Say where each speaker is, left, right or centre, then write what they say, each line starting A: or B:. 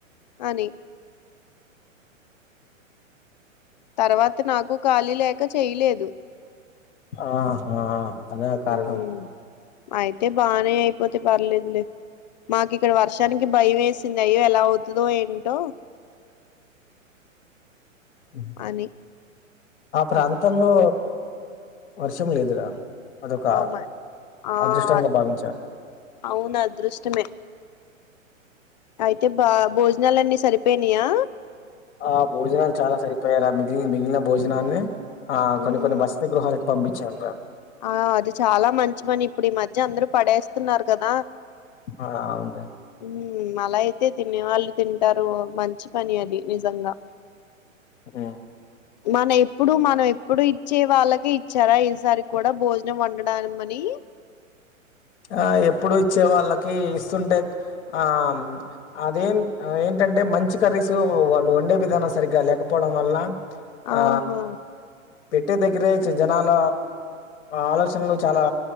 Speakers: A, on the left; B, on the left.
A: అని తర్వాత నాకు ఖాళీ లేక చేయలేదు.
B: ఆహా అద కారణం
A: ఉమ్ అయితే బానే అయిపోతే పర్లేదులే మాకు ఇక్కడ వర్షానికి భయం వేసింది అయ్యో ఎలా అవుతుందో ఏంటో
B: ఉ
A: అని
B: ఆ ప్రాంతంలో వర్షం లేదురా అదొక
A: ఆ మ ఆ
B: అదృష్టంగా భావించా
A: అవును అదృష్టమే అయితే బా భోజనలున్నీ సరిపోయానాయా.
B: ఆ భోజనాలు చాలా సరిపోయారాత్రీ కి మిగిలి మిగిలిన భోజనాన్ని ఆ
A: ఉమ్,
B: కొన్ని కొన్ని వసతి గృహాలకు పంపించాంట
A: ఆ అది చాలా మంచి పని ఇప్పుడు ఈ మధ్య అందరూ పడేస్తున్నారు. కదా
B: ఆ అవుందా
A: ఉ అలా అయితే తినే వాళ్ళు తింటారు. మంచి పని అది నిజంగా
B: ఆ
A: మన ఎప్పుడు మనం ఎప్పుడు ఇచ్చే వాళ్ళకే ఇచ్చారా, ఈసారి కూడా భోజనం వండడం అని
B: ఆ ఎప్పుడు ఇచ్చే వాళ్ళకి ఇస్తుంటే ఆ అదేం ఏంటంటే మంచి కర్రీసు వాళ్ళు వండే విధానం సరిగ్గా లేకపోవడం వల్ల ఆ
A: ఆహా
B: పెట్టే దగ్గరే జనాల ఆలోచనలు చాలా